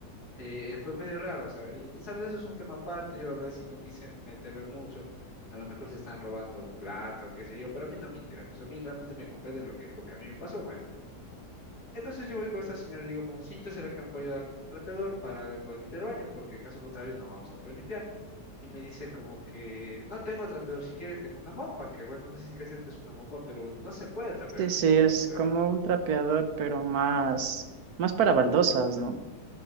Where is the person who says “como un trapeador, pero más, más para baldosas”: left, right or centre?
Right